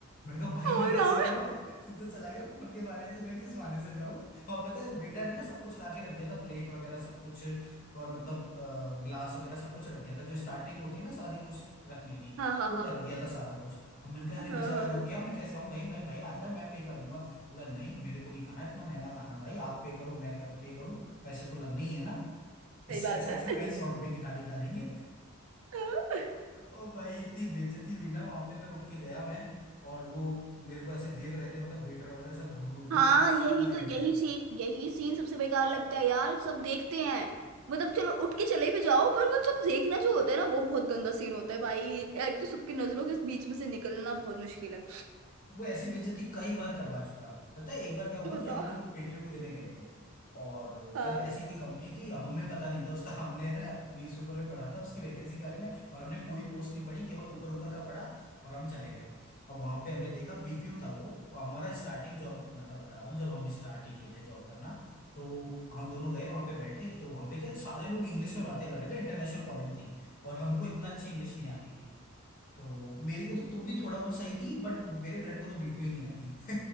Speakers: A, on the left (about 40°); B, on the right (about 70°).
A: मैंने कहा भाई
B: और
A: मैं कैसे
B: हाँ
A: आऊं अब <laughs> तू तो चला गया फोन के बहाने से मैं किस बहाने से जाऊं और पता है बेटर है ना सब कुछ ला के रख दिया था प्लेट वगैरह सब कुछ और मतलब अ, ग्लास वगैरह सब कुछ रख दिया था जो स्टार्टिंग होती है ना सारी कुछ रखने की
B: हाँ हाँ
A: वो रख दिया था सारा कुछ और मैंने कहा
B: हाँ
A: अरे बेचारा
B: हाँ हाँ
A: रख गया मैं कैसे आऊं भाई मैं भाई आ जा मैं पे कर दूंगा बोला नहीं मेरे को नहीं खाना इतना महंगा खाना भाई आप पे करो मैं कर, पे करूं पैसे तो लगने ही है ना इससे
B: सही बात
A: अच्छा
B: है
A: तो कई सौ रुपए की थाली खा लेंगे
B: हाँ।
A: और भाई इतनी बेइज्जती हुई ना वहां पे फिर उठ के गया मैं और वो मेरे को ऐसे देख रहे थे मतलब वेटर वगैरह सब घूर घूर के
B: हाँ
A: वो समझ
B: यही
A: गए
B: तो यही
A: थे
B: सीन यही सीन सबसे बेकार लगता है यार सब देखते हैं मतलब चलो उठ के चले भी जाओ पर वो सब देखना जो होता है ना वो बहुत गंदा सीन होता है भाई एक, एक तो सबकी नजरों के बीच में से निकलना बहुत मुश्किल है
A: वो ऐसी बेइज्जती कई बार करवा चुका पता है एक बार क्या हुआ
B: बताओ
A: कि हम लोग इंटरव्यू देने गए थे और
B: हाँ
A: मतलब ऐसी कोई कंपनी थी हमें पता नहीं था उसका हमने ना न्यूज़पेपर में पढ़ा था उसकी वैकेंसी के बारे में और हमने पूरी पोस्ट नहीं पढ़ी केवल ऊपर ऊपर का पढ़ा और हम चले गए अब वहां पे हमने देखा बीपीओ था वो वो हमारा स्टार्टिंग जॉब मतलब बता रहा हूँ जब हम स्टार्ट ही किए थे जॉब करना तो हम दोनों गए वहां पे बैठे तो वहां पे क्या सारे लोग इंग्लिश में बातें कर रहे थे इंटरनेशनल कॉलिंग थी और हमको इतना अच्छी इंग्लिश नहीं आती थी तो मेरे को तो तो भी थोड़ा बहुत सही थी बट मेरे फ्रेंड को तो बिल्कुल ही नहीं आती <laughs>